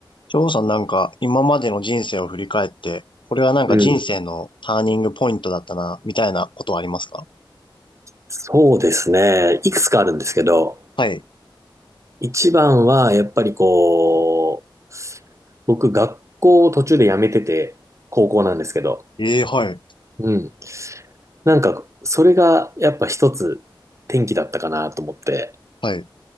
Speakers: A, on the left; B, on the right.
A: 翔さんなんか今までの人生を振り返って、これはなんかう人ん。
B: うん。
A: 生のターニングポイントだったな、みたいなことはありますか
B: そうですね。いくつかあるんですけど、
A: はい。
B: 一番はやっぱりこう、僕学校を途中で辞めてて、高校なんですけど、
A: ええはい。
B: うん。なんか、それがやっぱ一つ転機だったかなと思って、
A: はい。